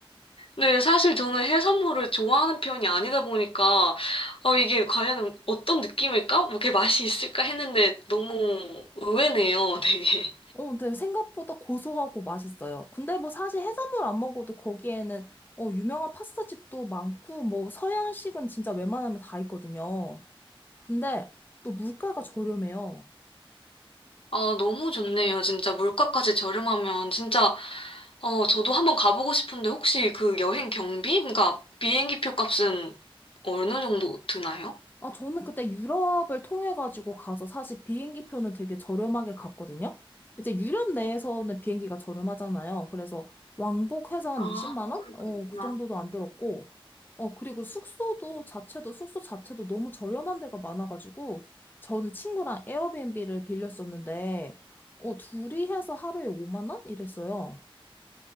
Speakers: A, on the left; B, on the left.
A: 네, 사실 저는 해산물을 좋아하는 편이 아니다 보니까, 어 이게 과연 어떤 느낌일까? 뭐 이렇게 맛이 있을까 했는데 너무 의외네요, 되게.
B: 어, 근데 생각보다 고소하고 맛있어요. 근데 뭐 사실 해산물 안 먹어도 거기에는, 어, 유명한 파스타집도 많고, 뭐 서양식은 진짜 웬만하면 다 있거든요. 근데 또 물가가 저렴해요.
A: 아, 너무 좋네요. 진짜 물가까지 저렴하면 진짜 어, 저도 한번 가보고 싶은데 혹시 그 여행 경비? 그러니까 비행기 표 값은 어느 정도 드나요?
B: 아, 저는 그때 유럽을 통해가지고 가서 사실 비행기 표는 되게 저렴하게 갔거든요? 이제 유럽 내에서는 비행기가 저렴하잖아요. 그래서 왕복해서 한
A: 아,
B: 20만 원?
A: 그렇구나.
B: 어, 그 정도도 안 들었고, 어, 그리고 숙소도 자체도, 숙소 자체도 너무 저렴한 데가 많아가지고, 저는 친구랑 에어비앤비를 빌렸었는데, 어, 둘이 해서 하루에 5만 원? 이랬어요.